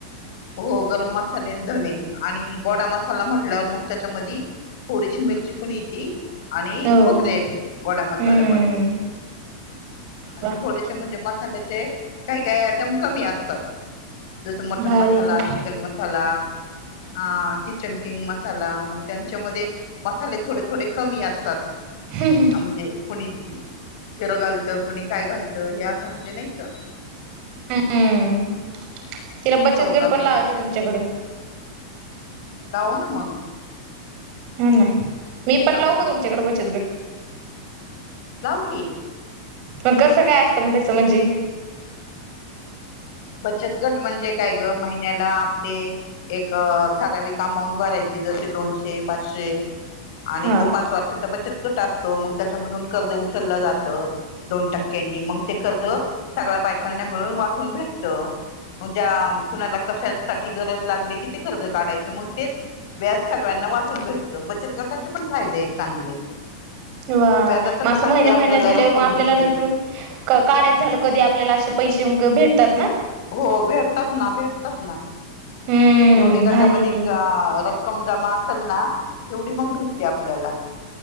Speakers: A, on the left; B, on the right.
A: हो गरम मसाले धणे आणि गोडा मसाला म्हटल्यावर मग त्यांच्यामध्ये थोडीशी मिरची पण येती आणि
B: हो
A: खुपतेल, गोडा मसाल्यामध्ये
B: हम्म
A: आणि
B: वा
A: थोडेसे म्हणजे मसाल्याचे. काही काही आयटम कमी असतात. जस मटन
B: भारी
A: मसाला
B: की
A: चिकन मसाला हा किती, किचन किंग मसाला, मग त्यांच्यामध्ये मसाले थोडे थोडे कमी असतात.
B: हम ह
A: म्हणजे कोणी जिर घालतं कोणी काय घालतं हे असं म्हणजे नाही का?
B: हम्म तिला बचत
A: फरक
B: गट
A: असतो
B: पण लावायचं
A: त्याच्यामध्ये
B: आमच्याकडं.
A: लाऊ ना मग.
B: हा ना, मी पण
A: लावू
B: लाऊ
A: की
B: का तुमच्याकडे बचत गट.
A: लाऊ की.
B: मग कसं काय असतं मग त्याचं म्हणजे
A: बचत गट म्हणजे काय ग महिन्याला आपले एक ठराविक अमाऊंट भरायची जसे दोनशे पाचशे. आणि
B: हा
A: तो पाच वर्षाचा बचत गट असतो. मग त्याच्यामधून कर्ज उचललं जातं. दोन टक्क्यांनी मग ते कर्ज सगळ्या बायकांना मिळून वाटून भेटत. त ज्या कुणाला कशासाठी गरज लागली कि ते कर्ज काढायचं मग तेच व्याज सगळ्यांना वाटून भेटतं बचत गटाचे पण फायदे आहेत चांगले.
B: वा
A: व्याजासकट
B: असं
A: आपली
B: महिन्या
A: आपल्याला
B: महिन्यात दिले
A: रक्कम
B: मग आपल्याला
A: भेटते
B: नंतरून काढायच झालं कधी आपल्याला असे पैसे भेटतात ना
A: हो भेटतात ना भेटतात ना.
B: हम्म
A: जेवढी गटामध्ये
B: भारी की
A: रक्कम जमा असेल ना तेवढी मग भेट ते आपल्याला